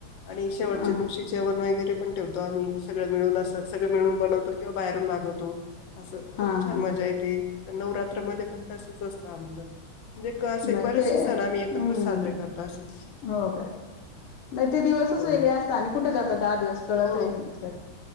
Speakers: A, on the left; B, on the left.
A: आणि शेवटच्या
B: हा
A: दिवशी
B: हा
A: जेवण वगैरे ते पण ठेवतो आम्ही सगळ मिळून सगळ मिळून बनवतो किंवा बाहेरून मागवतो असं खूप
B: हा
A: छान
B: हा
A: मजा येते तर नवरात्रमध्येध्ये पण तसच असतं आमचं म्हणजे क असे
B: नाही
A: बरेचसे
B: ते
A: सण आम्ही एकत्र
B: हम्म
A: साजरे करतो असे
B: हो का नाही ते दिवसच
A: हो
B: वेगळे असतात आणि कुठे जातात दहा दिवस कळतहि
A: हो
B: नाही